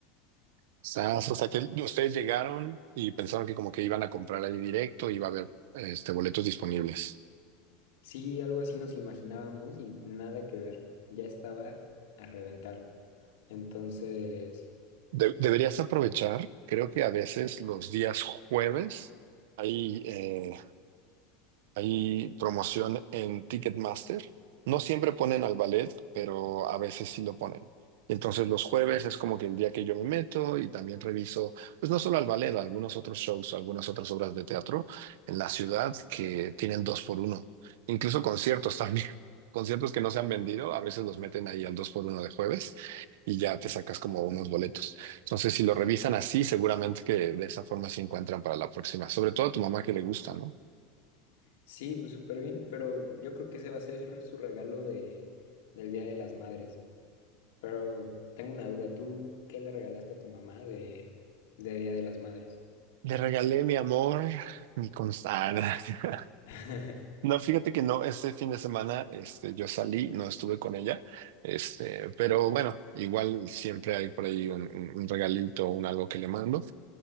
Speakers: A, on the right (about 70°); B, on the left (about 75°).
A: Sas, o sea, que ustedes llegaron y pensaron que como que iban a comprar ahí directo, iba a haber este, boletos disponibles.
B: Sí, algo así nos imaginábamos y nada que ver. Ya estaba a reventar. Entonces,
A: De- deberías aprovechar, creo que a veces los días jueves hay eh, Hay promoción en Ticketmaster. No siempre ponen al ballet, pero a veces sí lo ponen. Entonces los jueves es como que el día que yo me meto y también reviso, pues no solo al ballet, algunos otros shows, algunas otras obras de teatro en la ciudad que tienen dos por uno. Incluso conciertos también. <laughs> Conciertos que no se han vendido, a veces los meten ahí al dos por uno de jueves y ya te sacas como unos boletos. Entonces si lo revisan así, seguramente que de esa forma se encuentran para la próxima. Sobre todo a tu mamá que le gusta, ¿no?
B: sí, pues súper bien, pero yo creo que ese va a ser su regalo de, del Día de las Madres. Pero tengo una duda, ¿tú qué le regalaste a tu mamá de, de Día de las Madres?
A: Le regalé mi amor, mi constancia. <laughs>
B: <laughs>
A: No, fíjate que no, este fin de semana este, yo salí, no estuve con ella, este, pero bueno, igual siempre hay por ahí un, un- un regalito, un algo que le mando.